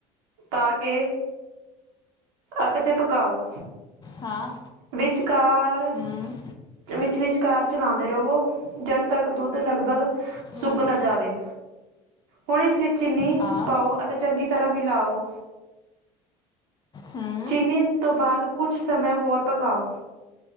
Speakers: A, on the right; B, on the left.
A: ਪਾ ਕੇ ਅੱਗ ਤੇ ਪਕਾਓ
B: ਹਾਂ
A: ਵਿਚਕਾਰ
B: ਹੂੰ
A: ਵਿੱਚ ਵਿਚਕਾਰ ਚਲਾਉਂਦੇ ਰਹੋ ਜਦ ਤੱਕ ਦੁੱਧ ਲਗਭਗ
B: ਹੂੰ
A: ਸੁੱਕ ਨਾ ਜਾਵੇ ਹੁਣ ਇਸ ਵਿੱਚ ਚੀਨੀ
B: ਹਾਂ
A: ਪਾਓ ਅਤੇ ਚੰਗੀ, ਤਰ੍ਹਾਂ ਮਿਲਾਓ
B: ਹਮ
A: ਚੀਨੀ ਤੋਂ ਬਾਅਦ ਕੁਝ ਸਮੇਂ ਹੋਰ ਪਕਾਓ